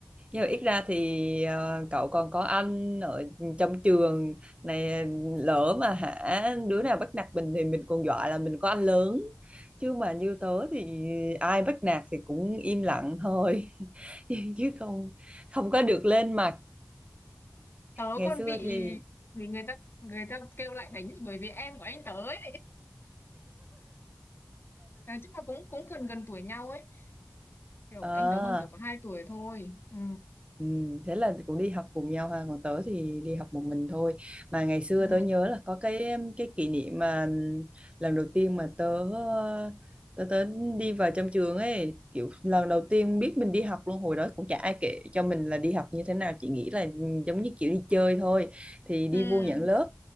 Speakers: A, on the right; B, on the left.
A: nhưng mà ít ra thì ờ, cậu còn có anh ở trong trường này lỡ mà hả đứa nào bắt nạt mình thì mình còn dọa là mình có anh lớn chứ mà như tớ thì ai bắt nạt thì cũng im lặng thôi <laughs> chứ không không có được lên mặt
B: tớ
A: ngày
B: còn
A: xưa
B: bị
A: thì
B: bị người ta người ta kêu lại đánh bởi vì em của anh tớ ấy Đấy, tức là cũng cũng gần gần tuổi nhau ấy kiểu
A: ờ,
B: anh tớ hơn tớ có hai tuổi thôi ừ
A: Ừ, thế là cũng đi học cùng nhau ha còn tớ thì đi học một mình thôi mà ngày xưa
B: ừ
A: tớ nhớ là có cái cái kỷ niệm mà ừm, lần đầu tiên mà tớ ờ, tớ tớ đi vào trong trường ấy kiểu lần đầu tiên biết mình đi học luôn hồi đó cũng chả ai kể cho mình là đi học như thế nào chỉ nghĩ là ừm, giống như kiểu đi chơi thôi thì đi
B: ừ
A: vô nhận lớp